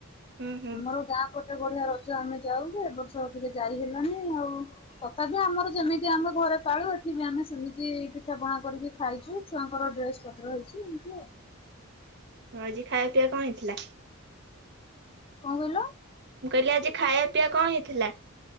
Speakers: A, on the right (about 55°); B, on the left (about 25°).
A: ହୁଁ ହୁଁ
B: ଆମର ଗାଁ ପଟେ ବଢିଆ ର ଜ ଆମେ ଯାଉଯେ ଏବର୍ଷ ଟିକେ ଜାଇ ହେଲାନି ଆଉ ତଥାପି ଆମର ଯେମିତି ଆମେ ଘରେ ପାଳୁ ଏଠି ବି ଆମେ ସେମିତି ପିଠା ପଣା କରିକି ଖାଇଚୁ ଛୁଆଙ୍କର ଡ୍ରେସ ପତ୍ର ହେଇଚି ଏମିତି ଆଉ।
A: ଆଜି ଖାଇବା ପିଇବା କଣ ହେଇଥିଲା?
B: କଣ କହିଲ?
A: ମୁଁ କହିଲି ଆଜି ଖାଇବା ପିଇବା କଣ ହେଇଥିଲା?